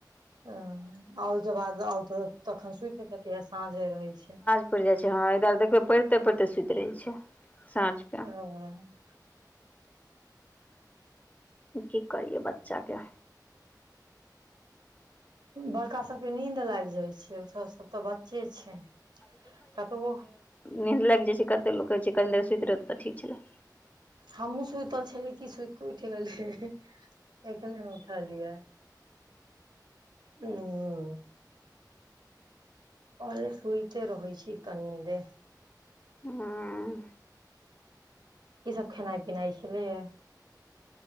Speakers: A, on the right; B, on the left.
A: अं ओहिके बाद त आउ तऽ तखन सुइत नै <unintelligible> साँझे रहै छै।
B: पयर जाय छै हँ आय कायल देखबे पढ़िते पढ़िते सुति रहे छै साँझ के।
A: <unintelligible>
B: की करियै बच्चाके
A: बड़का सबके नींन्द लागि जाइ छै ओ सब ओ तऽ बच्चे छै, कतबो
B: नींद लागि जाइ छै, कते लोक कहे छै कनी देर स सुति रहत तऽ ठीक छलै।
A: हमूँ सुतल छलै कि सुति कऽ उठि गेलीये। एखने उठलिय, हूं कहलीये सुइत रहै छी कनि देर
B: हं
A: इ सब खेनाइ पिनाइ छलयए।